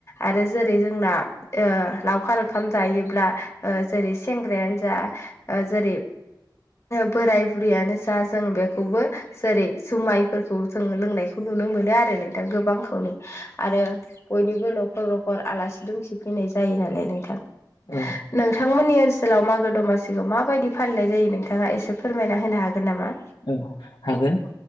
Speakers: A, on the left; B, on the left.
A: आरो ज जेरै जोंना ओ लावखार ओंखाम जायोब्ला ओ जेरै सेंग्रायानो जा ओ जेरै बोराय बुरियानो जा जों बेखौबो जेरै जुमायफोरखौ जोङो लोंनायखौ नुनो मोनो आरो नोंथां गोबांखौनो आरो बयनिबो न'खर न'खर आलासि दुमसि फैनाय जायो नालाय नोंथां
B: औ
A: नोंथांमोननि ओनसोलाव मागो दमासिखौ माबायदि फालिनाय जायो नोंथाङा एसे फोरमायना होनो हागोन नामा?
B: औ हागोन